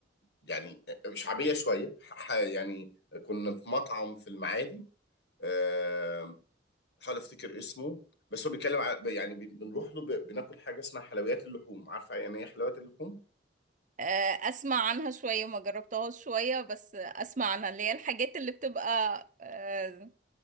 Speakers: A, on the left; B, on the right.
A: يعني شعبيه شويه ح- يعني كنا في مطعم في المعادي آه، بحاول افتكر اسمه بس هو بيتكلم على يعني بن- بنروح له ب- بناكل حاجه اسمها حلويات اللحوم عارفه يعني ايه حلويات اللحوم
B: آه، أسمع عنها شوية ما جربتهاش شوية بس أسمع عنها اللي هي الحاجات اللي بتبقى آه،